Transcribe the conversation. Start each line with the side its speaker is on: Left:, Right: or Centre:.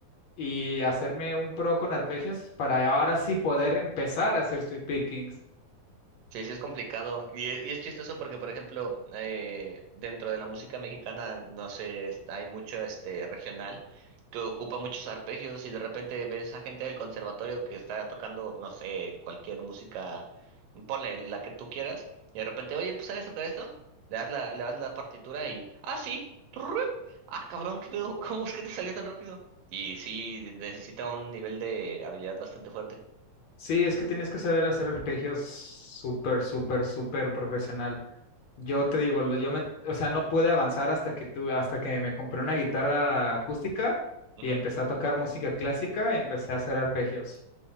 Left: y hacerme un pro con arpegios para ahora sí poder empezar a hacer sweep pickings.
Right: Sí, sí es complicado. Y es, y es chistoso porque, por ejemplo, eh, dentro de la música mexicana, no sé, está- hay mucho este regional que ocupa muchos arpegios y de repente ves a gente del conservatorio que está tocando, no sé, cualquier música, ponle la que tú quieras, y de repente, oye, pues ¿sabes tocar esto? Le das la, le das la partitura y, ah, sí, Turrut. ah, cabrón, ¿qué pedo? <laughs> ¿Cómo es que te salió tan rápido? Y sí, necesita un nivel de habilidad bastante fuerte.
Left: Sí, es que tienes que saber hacer arpegios súper, súper, súper profesional. Yo te digo, lo- yo me, o sea, no pude avanzar hasta que tuve, hasta que me compré una guitarra acústica
Right: Ujú.
Left: y empecé a tocar música clásica y empecé a hacer arpegios.